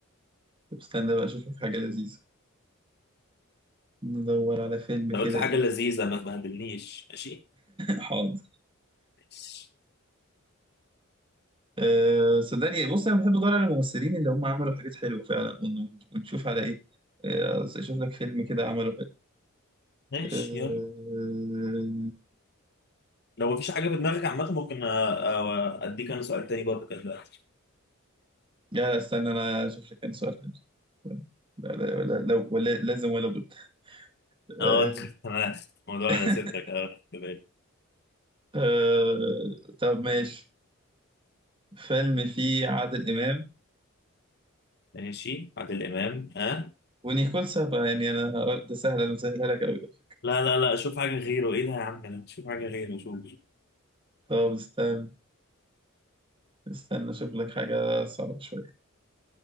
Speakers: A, on the right; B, on the left.
A: طب استنى بقى اشوف لك حاجه لذيذه ندور على فيلم
B: لو
A: كده
B: قلت حاجة
A: ايه
B: لذيذة ما تبهدلنيش ماشي
A: <laughs> حاضر
B: ماشي
A: أه صدقني بص انا بحب ادور على الممثلين اللي هم عملوا حاجات حلوه فعلا ون- ونشوف على ايه آه، اشوف لك فيلم كده عمله حلو
B: ماشي
A: أه...
B: يلا لو مفيش حاجة في دماغك عامة ممكن أ- أ- أديك أنا سؤال تاني برضه كده دلوقتي
A: لا استنى انا اشوف لك انا سؤال حلو لا لا لا, لا ولا لازم ولا بد
B: اه
A: أه...
B: انت انا الموضوع
A: <laughs>
B: على صدرك اه كده
A: آه... طب ماشي فيلم فيه عادل إمام
B: ماشي عادل امام ها
A: ونيكول سابا يعني أنا هقول ده سهل أنا مسهلها لك أوي على فكرة
B: لا لا لا شوف حاجه غيره ايه ده يا عم انا شوف حاجه غيره شوف
A: طب استنى استنى أشوف لك حاجة صعبة شوية